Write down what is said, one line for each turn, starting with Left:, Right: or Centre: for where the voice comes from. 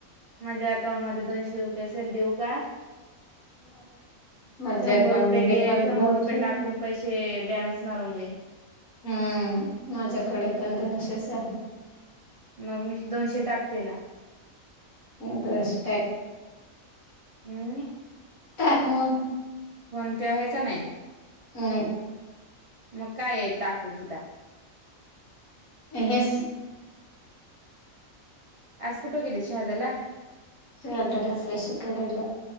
Right: माझ्या अकाउंट मध्ये दोनशे रुपये असेल देऊ का?
Left: माझ्या
Right: शंभर
Left: अकाउंट
Right: रुपये
Left: मध्ये
Right: घे
Left: पण
Right: शंभर
Left: दोनशेच
Right: रुपये टाकून पैसे बॅलेन्स मारून गे
Left: हम्म माझ्याकडे पण दोनशेच आहेत
Right: मग मी दोनशे टाकते ना
Left: दोनशे टाक
Right: हम
Left: टाक मग
Right: फोन पे आहे का नाही
Left: नाही
Right: मग काय आहे टाकू तुला
Left: हेस
Right: आज कुठं गेली शहादेला
Left: <unintelligible> पैसे काडायला